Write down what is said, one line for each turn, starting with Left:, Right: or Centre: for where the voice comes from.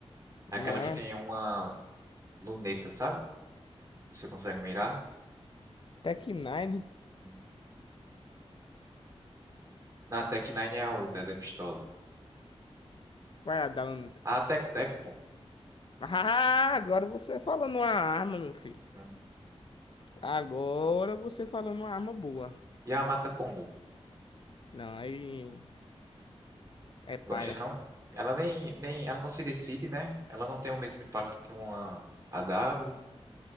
Right: Aquela
Left: Não,
Right: que tem uma luneta, sabe? Você consegue mirar?
Left: Tech Nine.
Right: Uhum. Na Tec Nine é a outra, é da pistola.
Left: Vai, Adalanta.
Right: A
Left: <laughs>
Right: Teco-Teco, pô.
Left: Ah, agora você falou numa arma, meu filho.
Right: Uhum.
Left: Agora você falou numa arma boa.
Right: E a Mata-Pombo?
Left: Não, aí é paia.
Right: Gosta não? Ela nem, nem, ela não se decide, né? Ela não tem o mesmo impacto que uma AW.